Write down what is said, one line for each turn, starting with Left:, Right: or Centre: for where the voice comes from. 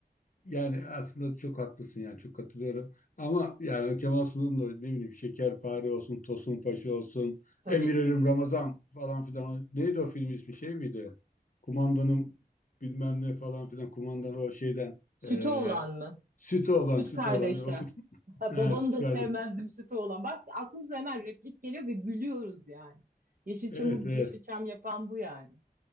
Left: Yani aslında çok haklısın yani çok katılıyorum. Ama yani Kemal Sunal'ın da ne bileyim Şekerpare olsun, Tosun Paşa olsun,
Right: Tabii.
Left: Emirlerim Ramazan falan filan. Neydi o film ismi şey miydi? Kumandanım bilmem ne falan filan. Kumandan o şeyden
Right: Sütü
Left: eee
Right: olan mı?
Left: sütü olan
Right: Süt
Left: sütü
Right: kardeşler.
Left: olan. O süt, <laughs>
Right: Ha,
Left: he,
Right: Babanı
Left: süt
Right: da
Left: kardeş.
Right: sevmezdim sütü olan. Bak aklımıza hemen replik geliyor ve gülüyoruz yani. Yeşilçam'ı
Left: Evet evet.
Right: Yeşilçam yapan bu yani.